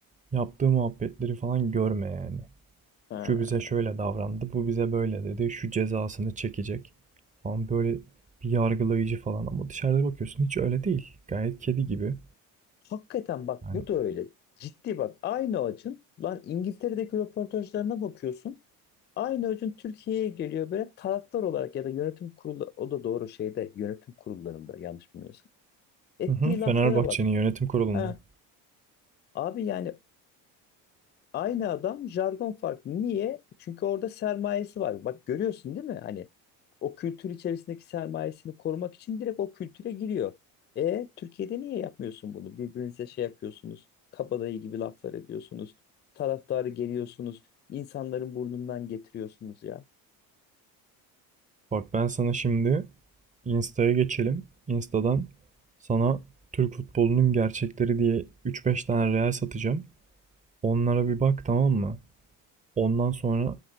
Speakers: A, on the right; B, on the left.
A: Yaptığı muhabbetleri falan görme yani.
B: Ha.
A: Şu bize şöyle davrandı, bu bize böyle dedi, şu cezasını çekecek falan böyle bir yargılayıcı falan ama dışarıda bakıyorsun hiç öyle değil. Gayet kedi gibi.
B: Hakikaten bak
A: Yani
B: bu da öyle. Ciddi bak aynı acın lan İngiltere'deki röportajlarına bakıyorsun. Aynı acın Türkiye'ye geliyor böyle taraftar olarak ya da yönetim kurulu o da doğru şeyde yönetim kurullarında yanlış bilmiyorsam. Ettiği
A: Hı hı, Fenerbahçe'nin
B: laflara bak.
A: yönetim kurulunda.
B: Ha, abi yani Aynı adam jargon farklı. Niye? Çünkü orada sermayesi var. Bak görüyorsun değil mi? Hani o kültür içerisindeki sermayesini korumak için direkt o kültüre giriyor. E Türkiye'de niye yapmıyorsun bunu? Birbirinize şey yapıyorsunuz. Kabadayı gibi laflar ediyorsunuz. Taraftarı geliyorsunuz. insanların burnundan getiriyorsunuz ya.
A: Bak ben sana şimdi Insta'ya geçelim. Insta'dan sana Türk futbolunun gerçekleri diye 3-5 tane reel satacağım. Onlara bir bak tamam mı? Ondan sonra